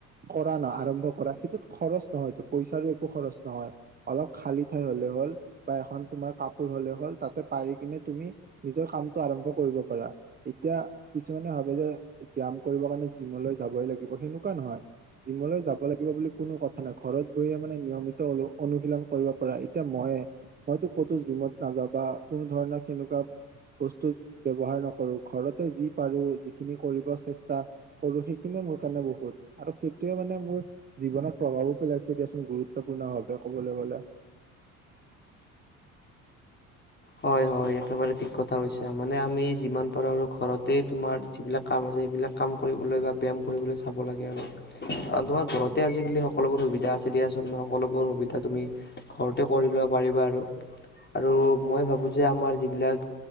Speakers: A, on the right; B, on the left.
A: কৰা ন আৰম্ভ কৰা সেইটোত খৰচ নহয় এইটো পইচাৰো একো খৰচ নহয় অলপ খালী ঠাই হলে হ'ল বা এখন তোমাৰ কাপোৰ হ'লে হ'ল তাতে পাৰি কিনে তুমি নিজৰ কামটো আৰম্ভ কৰিব পাৰা এতিয়া কিছুমানে ভাবে যে ব্যায়াম কৰিব কাৰণে জিমলৈ যাবই লাগিব সেনেকোৱা নহয় জিমলৈ যাব লাগিব বুলি কোনো কথা নাই ঘৰত বহিয়ে মানে নিয়মিত অনু অনুশীলন কৰিব পাৰ এতিয়া মইে মইতো ক'তো জিমত নাযাও বা কোনো ধৰণৰ কেনেকোৱা বস্তু ব্যৱহাৰ নকৰো ঘৰতে যি পাৰো যিখিনি কৰিব চেষ্টা কৰো সেইখিনি মোৰ কাৰণে বহুত আৰু সেইটোয়ে মানে মোৰ জীৱনত প্ৰভাৱো পেলাইছে দিয়াচোন গুৰুত্বপূৰ্ণ ভাৱে ক'ব ব বলা
B: হয় হয় একেবাৰে ঠিক কথা হৈছে মানে আমি যিমান পাৰো ঘৰতে তোমাৰ যিবিলাক কাম আছে সেইবিলাক কাম কৰিবলৈ বা ব্যায়াম কৰিবলৈ চাব লাগে আৰু তোমাৰ ঘৰতে আজিকালি সকলোবোৰ সুবিধা আছে দিয়াচোন বা সকলোবোৰ সুবিধা তুমি ঘৰতে কৰি লব পাৰিবা। আৰু মই ভাবো যে আমাৰ যিবিলাক